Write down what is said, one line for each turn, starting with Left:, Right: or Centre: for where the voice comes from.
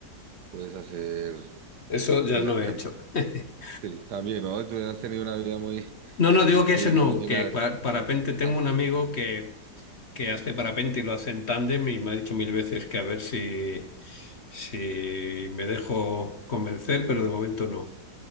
Right: puedes hacer
Left: Eso ya
Right: hilatcam.
Left: no he hecho. <laughs>
Right: Sí, también, ¿no? Tú has tenido una vida muy,
Left: No, no, digo que
Right: muy
Left: ese no,
Right: llena
Left: que pa-
Right: de...
Left: parapente tengo
Right: Ah,
Left: un amigo que, que hace parapente y lo hace en tándem y me ha dicho mil veces que a ver si, si me dejo convencer, pero de momento no.